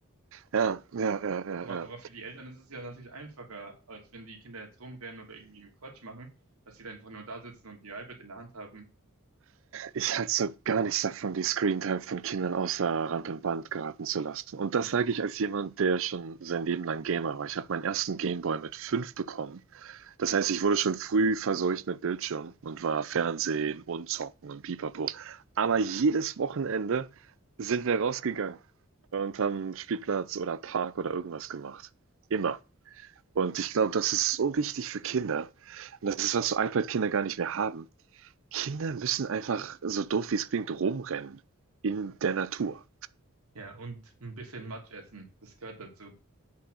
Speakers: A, on the right; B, on the right.
A: Ja, ja, ja, ja,
B: Aber,
A: ja.
B: aber für die Eltern ist es ja natürlich einfacher, als wenn die Kinder jetzt rumrennen oder irgendwie einen Quatsch machen, dass sie dann einfach nur da sitzen und ihr iPad in der Hand haben.
A: Ich halte so gar nichts davon, die Screentime von Kindern außer Rand und Band geraten zu lassen. Und das
B: Nee.
A: sage ich als jemand, der schon sein Leben lang Gamer war. Ich habe meinen ersten Gameboy mit fünf bekommen. Das heißt, ich wurde schon früh verseucht mit Bildschirm und war Fernsehen und Zocken und Pipapo. Aber jedes Wochenende sind wir rausgegangen und haben Spielplatz oder Park oder irgendwas gemacht. Immer. Und ich glaube, das ist so wichtig für Kinder. Und das ist, was so iPad-Kinder gar nicht mehr haben. Kinder müssen einfach, so doof wie es klingt, rumrennen in der Natur.
B: Ja, und ein bisschen Matsch essen, das gehört dazu.